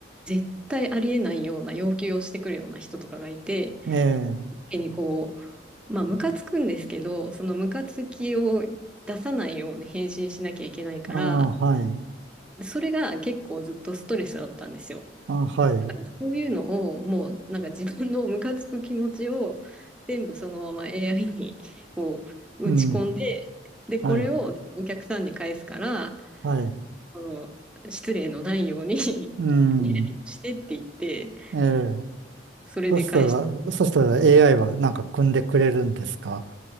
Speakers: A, in the centre; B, on the right.
A: 絶対ありえないような要求をしてくるような人とかがいて、
B: ええ、
A: 手にこう、まあ、ムカつくんですけど、そのムカつきを出さないように返信しなきゃいけないから、
B: ああ、はい。
A: それが結構ずっとストレスだったんですよ。
B: ああ、はい。
A: だからそういうのを、もうなんか自分のムカつく気持ちを全部そのまま AI にこう打ち込んで、
B: うん。
A: で、これをお客さんに返すから、
B: はい。はい。
A: の失礼のないように <laughs>
B: うん。
A: リライトしてって言って、
B: ええ、
A: それで返し
B: そしたら、そしたら AI はなんか組んでくれるんですか